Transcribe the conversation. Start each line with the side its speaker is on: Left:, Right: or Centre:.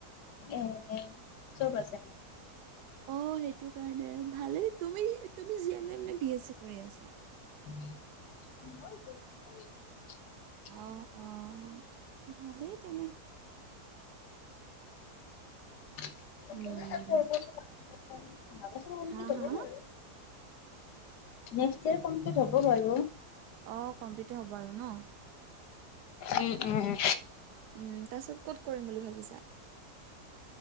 Left: <unintelligible> চব আছে।
Right: অ' সেইটো কাৰণে ভালেই। তুমি তুমি জি এন এম নে বি এছ চি কৰি আছা?
Left: <unintelligible>
Right: অ', অ' ভালেই তেনে।
Left: <unintelligible>
Right: উম, হা হা
Left: নেক্সট ইয়েৰ কমপ্লিট হ'ব বাৰু।
Right: অ' কমপ্লিটে হ'ব আৰু ন'?
Left: উম, উম, উ।
Right: উম, তাৰপিছত ক'ত কৰিম বুলি ভাবিছা?